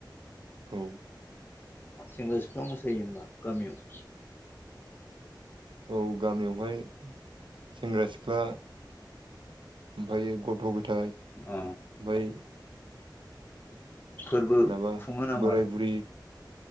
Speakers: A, on the right (about 85°); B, on the left (about 25°).
A: औ
B: सेंग्रा सिख्ला मोसायो हबा गामियाव
A: औ गामियावहाय सेंग्रा सिख्ला ओमफ्रायो गथ' गथाय
B: अ
A: ओफ्राय
B: फोरबो
A: माबा
B: खुङो नामा
A: बोराय बुरि